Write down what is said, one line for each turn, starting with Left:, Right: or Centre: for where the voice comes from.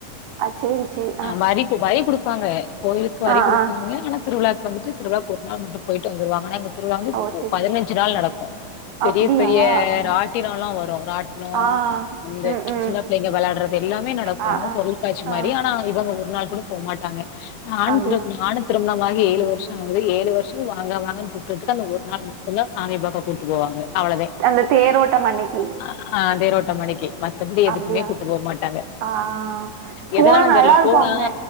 Right: அ செரி செரி
Left: அ வரிக் வரி குடுப்பாங்க கோயிலுக்கு வரி
Right: ஆ
Left: குடுப்பாங்க
Right: ஆ
Left: ஆனா திருவிழாவுக்கு வந்துட்டு திருவிழாக்கு ஒரு நாள் மட்டு போய்ட்டு வந்துருவாங்க ஆனா இங்க திருவிழா வந்து
Right: ஓ சேரி
Left: பதினஞ்சு
Right: சேரி
Left: நாள் நடக்கோ பெரிய
Right: அப்டியா
Left: பெரிய
Right: ஆ
Left: ராட்டினனோல வரு ராட்னோ
Right: ஆ
Left: இந்த
Right: ம் ம்
Left: சின்ன பிள்ளைங்க வேளையாடறது எல்லாமே நடக்கோ
Right: ஆ ஆ
Left: பொருள்காட்சி
Right: ஆ
Left: மாரி ஆனா இவங்க ஒரு நாள் கூட போ மாட்டாங்க நான்
Right: அப்டியா
Left: <unintelligible> வாகி ஏழு வருஷோ ஆகுது ஏழு வருஷ வாங்க வாங்கன்னு கூப்டதுக்கு அந்த ஒரு நாள் மட்டுதா சாமி பாக்க கூட்டு போவாங்க அவ்ளதே
Right: அந்த தேரோட்டம் அன்னைக்கி
Left: ஆ அதே ரோட்ட மணிக்கி தம்பி எதுக்குமே
Right: அப்டியா
Left: கூட்டு போ மாட்டாங்க
Right: ஆ போனா
Left: எதனால அந்த
Right: நல்லா
Left: ல
Right: இருக்கு
Left: போனா
Right: அங்க